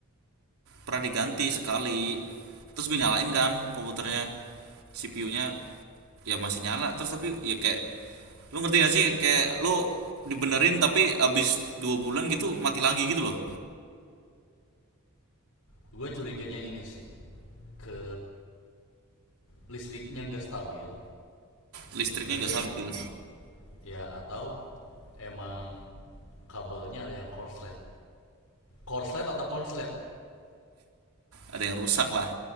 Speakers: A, on the right; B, on the left.
A: Pernah diganti sekali. Terus gue nyalain kan komputernya. CPU-nya ya masih nyala, terus tapi ya kayak lu ngerti gak sih kayak lu dibenerin tapi abis dua bulan gitu mati lagi gitu loh.
B: gue curiganya ini sih ke listriknya nggak stabil
A: Listriknya
B: itu
A: nggak stabil.
B: yang pertama ya atau emang kabelnya ada yang korslet korslet atau konslet
A: Ada yang rusak lah.